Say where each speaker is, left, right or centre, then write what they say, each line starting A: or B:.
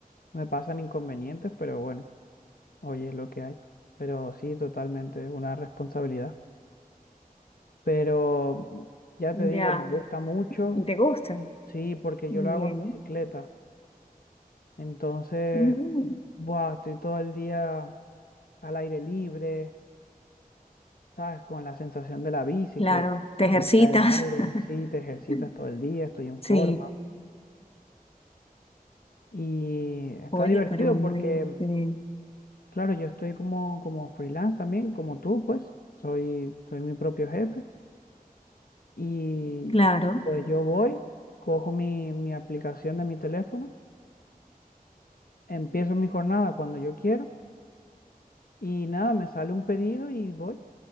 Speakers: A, on the left; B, on the left.
A: me pasan inconvenientes, pero bueno, hoy es lo que hay. Pero sí, totalmente, es una responsabilidad. Pero mm, ya
B: Ya,
A: te digo, me gusta mucho,
B: ¿y te gusta?
A: sí, porque
B: Bien.
A: yo lo hago en bicicleta. Entonces,
B: Mm,
A: buah, estoy todo el día al aire libre, ¿sabes? Con la sensación de la bici
B: claro,
A: que,
B: te
A: que
B: ejercitas.
A: te cae el aire, sí, te ejercitas
B: <laughs>
A: todo el día, estoy en
B: Sí,
A: forma. Y está
B: oye,
A: divertido
B: pero muy,
A: porque,
B: eh,
A: claro, yo estoy como, como freelance también, como tú, pues, soy, soy mi propio jefe. Y
B: claro,
A: pues yo voy, cojo mi, mi aplicación de mi teléfono, empiezo mi jornada cuando yo quiero y nada, me sale un pedido y voy.